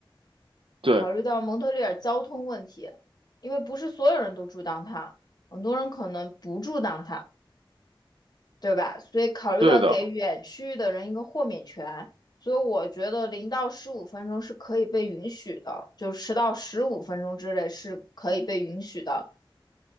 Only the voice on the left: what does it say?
考虑到蒙特利尔交通问题，因为不是所有人都住当 o 很多人可能不住当 o 对吧？所以考虑到给远区域的人一个豁免权，
所以我觉得零到十五分钟是可以被允许的，就迟到十五分钟之内是可以被允许的。